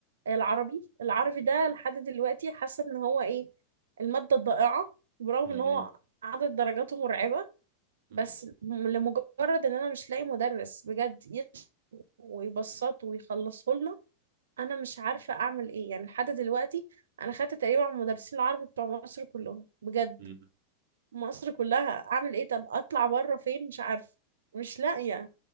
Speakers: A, on the right (about 85°); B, on the right (about 65°).
A: العربي العربي ده لحد دلوقتي حاسة ان هو ايه المادة الضائعة برغم
B: م-
A: ان هو عدد درجاته مرعبة
B: م-
A: بس م- لمجرد ان انا مش لاقي مدرس بجد يشرح ويبسطه
B: م-
A: ويخلصه لنا انا مش عارفه اعمل ايه يعني لحد دلوقتي انا خدت تقريبا على المدرسين العربي بتوع مصر كلهم بجد
B: م-
A: مصر كلها اعمل ايه طب اطلع بره فين مش عارفه مش لاقيه